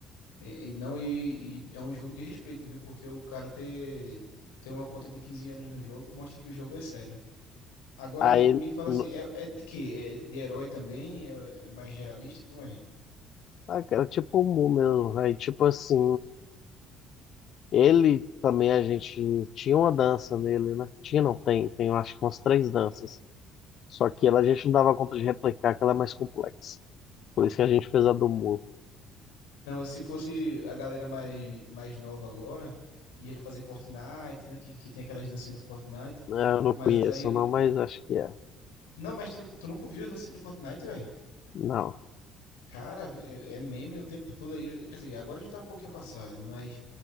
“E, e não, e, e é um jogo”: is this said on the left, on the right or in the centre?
Left